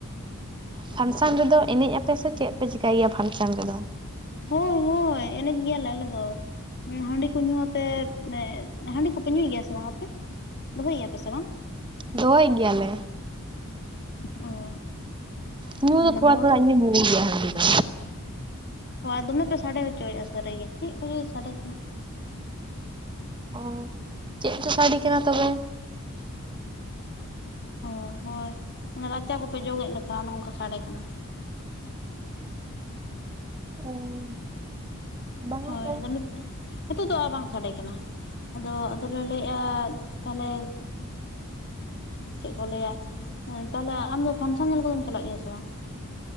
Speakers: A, on the right; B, on the left.
A: ᱯᱷᱟᱱᱥᱟᱱ ᱨᱮᱫᱚ ᱮᱱᱮᱡ ᱟᱯᱮ ᱥᱮ ᱪᱮᱫ ᱯᱮ ᱪᱤᱠᱟᱭ ᱜᱮᱭᱟ ᱯᱷᱟᱱᱥᱟᱱ ᱨᱮᱫᱚ?
B: ᱦᱳᱭ ᱦᱳᱭ ᱮᱱᱮᱡ ᱜᱮᱭᱟᱞᱮ ᱟᱞᱮ ᱫᱚ᱾ ᱦᱟᱸᱰᱤ ᱠᱚ ᱧᱩ ᱟᱛᱮᱫ ᱦᱟᱸᱰᱤ ᱠᱚᱯᱮ ᱧᱩᱭ ᱜᱮᱭᱟ ᱥᱮ ᱵᱟᱝ ᱟᱯᱮ ᱫᱚᱦᱚᱭ ᱜᱮᱭᱟ ᱯᱮ ᱥᱮ ᱵᱟᱝ
A: ᱫᱚᱦᱚᱭ ᱜᱮᱭᱟᱞᱮ
B: ᱚ
A: ᱧᱩ
B: ᱢᱟᱱᱮ
A: ᱫᱚ ᱛᱷᱚᱲᱟ
B: ᱫᱚᱦᱚ
A: ᱛᱷᱚᱲᱟ ᱤᱧ ᱦᱚᱧ ᱧᱩᱭ ᱜᱮᱭᱟ ᱦᱟᱸᱰᱤ ᱫᱚ
B: ᱚ ᱟᱨ ᱫᱚᱢᱮ ᱯᱮ ᱥᱟᱰᱮ ᱦᱚᱪᱚᱭᱮᱜ-ᱟ ᱥᱟᱨᱤᱜᱮ ᱪᱮᱫ ᱠᱚᱪᱚ ᱥᱟᱰᱮ ᱠᱟᱱᱟ
A: ᱚ ᱪᱮᱫ ᱪᱚ ᱥᱟᱰᱤ ᱠᱟᱱᱟ ᱛᱚᱵᱮ
B: ᱚ ᱦᱚᱭ ᱢᱟᱱᱮ ᱨᱟᱪᱟ ᱠᱚᱯᱮ ᱡᱚᱜᱮᱫ ᱞᱮᱠᱟ ᱚᱱᱮ ᱚᱱᱠᱟ ᱥᱟᱰᱮ ᱠᱟᱱᱟ
A: ᱚ ᱵᱟᱝᱟ
B: ᱦᱚᱭ
A: ᱛᱚ
B: ᱟᱫᱚ ᱱᱤᱛ ᱱᱤᱛᱳᱜ ᱫᱚ ᱟᱨ ᱵᱟᱝ ᱥᱟᱰᱮ ᱠᱟᱱᱟ ᱟᱫᱚ ᱟᱫᱚᱞᱮ ᱞᱟᱹᱭᱮᱜ-ᱟ ᱛᱟᱞᱦᱮ ᱪᱮᱫ ᱠᱚ ᱞᱟᱹᱭᱟ ᱛᱟᱞᱦᱮ ᱟᱢ ᱫᱚ ᱯᱷᱟᱱᱥᱟᱱ ᱧᱮᱞ ᱠᱚᱫᱚᱢ ᱪᱟᱞᱟᱜ ᱜᱮᱭᱟ ᱥᱮ ᱵᱟᱝ